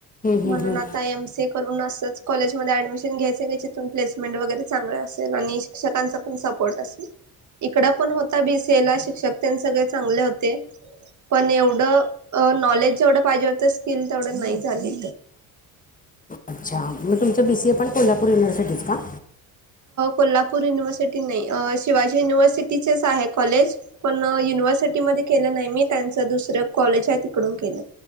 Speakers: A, on the left (about 20°); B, on the right (about 45°).
A: हं,
B: म्हणून
A: हं.
B: आता एम स करून असच कॉलेजमध्येध्ये ऍडमिशन घ्यायचं का जिथून प्लेसमेंट वगैरे चांगलं असेल आणि शिक्षकांचा पण सपोर्ट असेल इकड पण होता बीसीए ला शिक्षक त्यां सगळे चांगले होते पण एवढं नॉलेज जेवढं पाहिजे होतं स्किल तेवढं नाही झाली
A: अच्छा मग तुमच बीसी ए पण कोल्हापूर युनिव्हर्सिटीत का
B: कोल्हापूर युनिव्हर्सिटी नाही शिवाजी युनिव्हर्सिटीचेच आहे कॉलेज पण युनिव्हर्सिटी मध्ये केलं नाही मी त्यांच दुसरं कॉलेज आहे तिकडून केलं